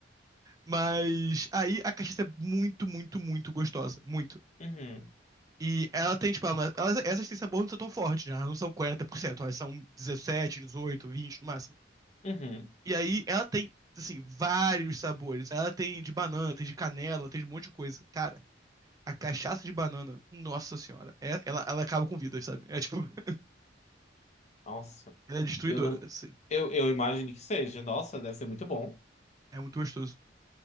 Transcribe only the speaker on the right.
Mas aí a cachaça é muito, muito, muito gostosa. Muito.
E ela tem, tipo, ela, elas- essas têm sabor não são tão fortes, né? Elas não são quarenta por cento elas são dezessete dezoito 20 no máximo.
E aí ela tem, assim, vários sabores. Ela tem de banana, tem de canela, tem de um monte de coisa. Cara, A cachaça de banana, nossa senhora, é- ela, ela acaba com vidas, sabe? É tipo, <laughs>
ela é destruidora,
assim.
É muito gostoso.